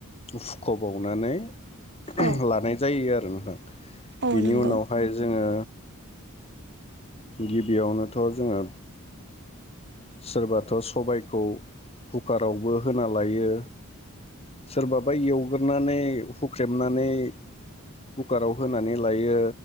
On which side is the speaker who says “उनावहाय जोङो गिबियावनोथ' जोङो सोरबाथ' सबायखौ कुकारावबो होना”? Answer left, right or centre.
Left